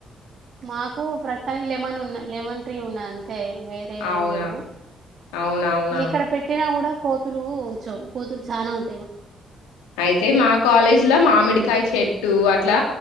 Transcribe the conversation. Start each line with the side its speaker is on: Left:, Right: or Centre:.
Right: మాకు ప్రస్తుతానికి లెమన్ ఉన్నా లెమన్ ట్రీ ఉన్నాదంతే వేరే
Left: అవునా
Right: ఏం లేవు
Left: అవునవునా
Right: ఇక్కడ పెట్టినా కూడా కోతులు ఉంచవు కోతులు చానా ఉ
Left: అయితే మా కాలేజ్ లో మామిడి కాయ చెట్టు అట్లా